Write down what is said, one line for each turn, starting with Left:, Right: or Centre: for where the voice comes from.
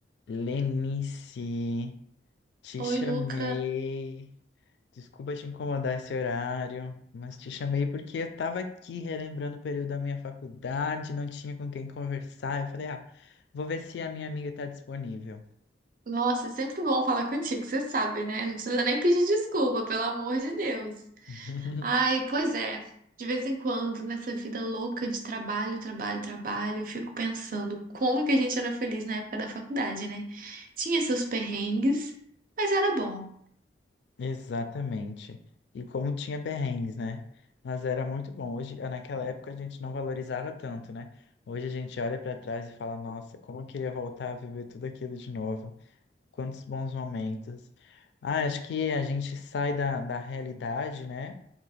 Left: Lenice, te
Right: Oi,
Left: chamei.
Right: Luca.
Left: Desculpa te incomodar esse horário, mas te chamei porque eu tava aqui relembrando o período da minha faculdade, não tinha com quem conversar. Eu falei, ah, vou ver se a minha amiga tá disponível.
Right: Nossa, é sempre bom falar contigo, você sabe, né? Não precisa nem pedir desculpa, pelo amor de Deus.
Left: <laughs>
Right: Ai, pois é. De vez em quando, nessa vida louca de trabalho, trabalho, trabalho, eu fico pensando como que a gente era feliz na época da faculdade, né? Tinha seus perrengues, mas era bom.
Left: Exatamente. E como tinha perrengues, né? Mas era muito bom. Hoje, ah, naquela época, a gente não valorizava tanto, né? Hoje a gente olha pra trás e fala, nossa, como eu queria voltar a viver tudo aquilo de novo. Quantos bons momentos. Ah, acho que a gente sai da, da realidade, né?